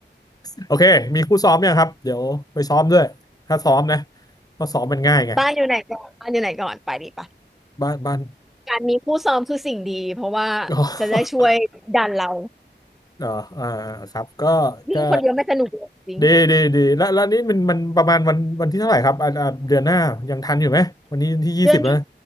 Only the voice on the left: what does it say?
โอเคมีคู่ซ้อมยังครับเดี๋ยวไปซ้อมด้วยถ้าซ้อมนะเพราะซ้อมมันง่ายไง
บ้านบ้าน
<laughs> อ๋อ
เอออ่าครับก็ก็
ดีดีดีแล้วแล้วนี่มันมันประมาณวันวันที่เท่าไหร่ครับอ่าอ่าเดือนหน้ายังทันอยู่ไหม วันนี้ที่ยี่สิบแล้วนะ